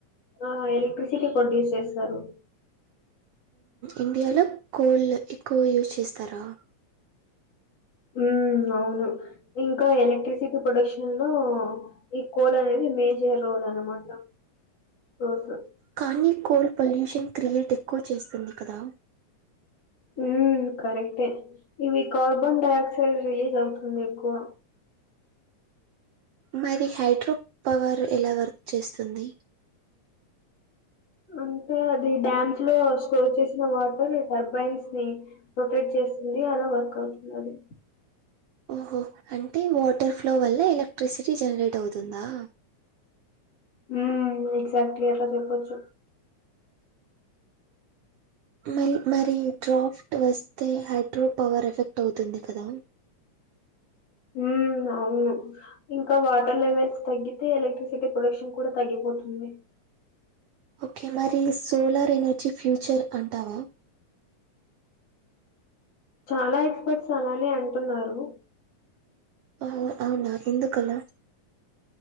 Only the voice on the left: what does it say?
ఆ ఎలక్ట్రిసిటీ ప్రొడ్యూస్ చేస్తారు
ఉ అవును ఇంకా ఎలక్ట్రిసిటీ ప్రొడక్షన్ లో ఈ కోల్ అనేది మేజర్ రోల్ అనమాట రోజు
ఉ కరెక్టే ఇవి కార్బన్ డఆక్సైడ్ రిలీజ్ అవుతుంది ఎక్కువ
అంటే అది డ్యామ్ స్లో స్కోర్ చేసిన వాటర్ టర్బైన్స్ ని రొటేట్ చేస్తుంది అలా వర్క్ అవుతుంది అది
ఉ ఎగ్జాక్ట్లీఅట్లా చెప్పొచ్చు
ఉ అవును ఇంకా వాటర్ లెవెల్స్ తగ్గితే ఎలక్ట్రిసిటీ ప్రొడక్షన్ కూడా తగ్గిపోతుంది
చాలా ఎక్స్పర్ట్స్ అలానే అంటున్నారు